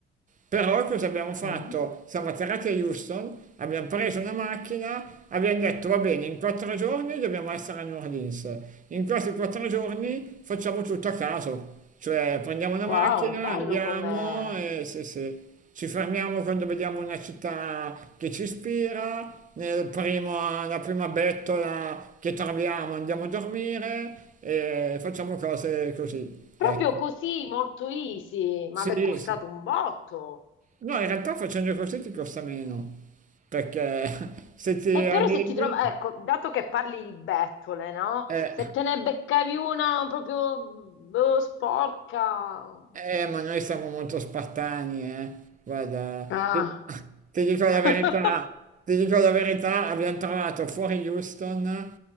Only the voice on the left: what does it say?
Mm.
Wow,
bello
com'è.
Proprio
così, molto easy, ma
mi è costato
un botto.
E però se ti trovi, ecco, dato che parli di bettole, no?
Se te ne beccavi una proprio boh, sporca.
Ah.
<laughs>